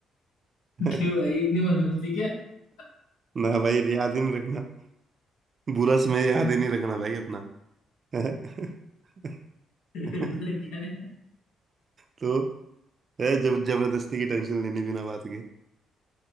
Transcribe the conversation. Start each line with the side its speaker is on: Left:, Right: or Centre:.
Right: <laughs>
Left: क्यों भाई इतनी मनोस्ती क्या <laughs>
Right: ना भाई याद ही नहीं रखना बुरा समय याद ही नहीं रखना भाई अपना <laughs>
Left: ऐसा
Right: <laughs>
Left: क्या है
Right: तो है जब जबरदस्ती की टेंशन लेनी बिना बात के